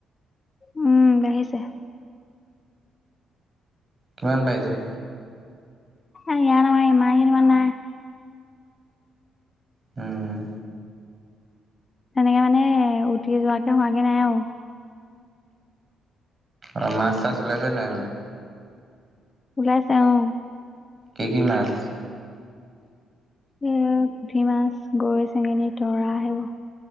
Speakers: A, on the left; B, on the right.
A: উম, বাঢ়িছে।
B: কিমান বাঢ়িছে?
A: ইয়াত আমাৰ ইয়াত ইমান নাই।
B: উম।
A: তেনেকে মানে উতি যোৱাকে হোৱাগে নাই আৰু।
B: অ', মাছ-চাছ ওলাইছে নাই সেইফালে?
A: ওলাইছে অ'।
B: কি কি মাছ?
A: এ পুঠি মাছ, গৰৈ, চেঙেলী, তৰা, সেইবোৰ।